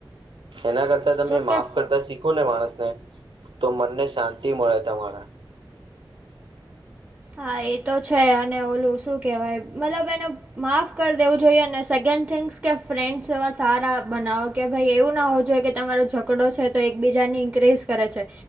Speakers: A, on the right (about 75°); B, on the right (about 20°).
A: એના કરતા તમે
B: જોકે
A: માફ કરતા શીખો ને માણસને તો મનને શાંતિ મળે તમારા
B: હા એ તો છે અને ઓલું શું કેહેવાય મતલબ એનો માફ કરી દેવું જોઈએ અને સેકન્ડ થિંગ્સ કે ફ્રેન્ડ્સ એવા સારા બનાવો કે ભાઈ એવું ના હોવુ જોઈએ કે તમારો ઝઘડો છે તો એકબીજાની ઇન્ક્રીઝ કરે છે.